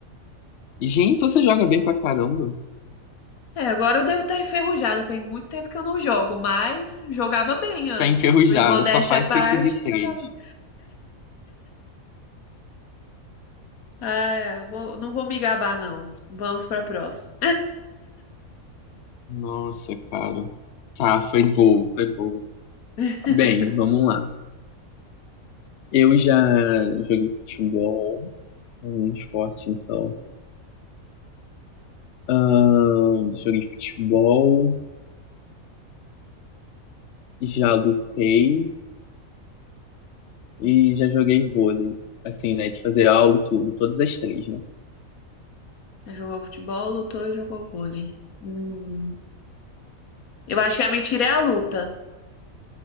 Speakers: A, on the left (about 60°); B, on the left (about 85°).
A: Gente, você joga bem pra caramba.
B: É, agora eu devo estar enferrujada, tem muito tempo que eu não jogo, mas jogava bem antes.
A: Tá enferrujado,
B: Em modéstia
A: só faz
B: à parte,
A: cesta de três.
B: jogava. bem. Ah, eu vou- não vou me gabar, não. Vamos para a próxima.
A: Nossa, cara. Tá, foi boa, foi boa.
B: <laughs>
A: Bem, vamos lá. Eu já joguei futebol, é um esporte então. Ahn, joguei futebol, já lutei e já joguei vôlei. Assim, né, de fazer aula, tudo, todas as três, né?
B: Jogou futebol, lutou e jogou vôlei. Hum, eu acho que a mentira é a luta.